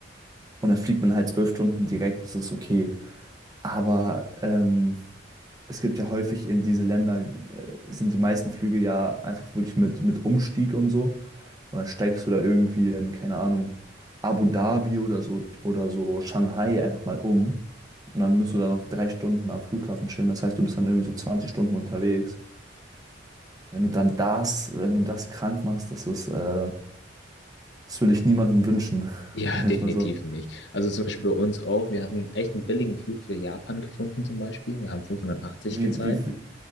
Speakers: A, on the right (about 20°); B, on the left (about 65°).
A: und dann fliegt man halt zwölf Stunden direkt, das ist okay. Aber ähm, es gibt ja häufig in diese Länder, äh, sind die meisten Flüge ja einfach wirklich mit, mit Umstieg und so. Und dann steigst du da irgendwie in, keine Ahnung, Abu Dhabi oder so oder so Shanghai einfach mal um. Und dann musst du da noch drei Stunden am Flughafen chillen. Das heißt, du bist dann irgendwie so 20 Stunden unterwegs. Wenn du dann das, wenn du das krank machst, das ist, äh, das will ich niemandem wünschen. <laughs>
B: Ja,
A: Sagen
B: definitiv
A: wir es mal so.
B: nicht. Also zum Beispiel bei uns auch. Wir hatten echt einen billigen Flug für Japan gefunden zum Beispiel. Wir haben 580
A: Wie,
B: gezahlt.
A: wie, wie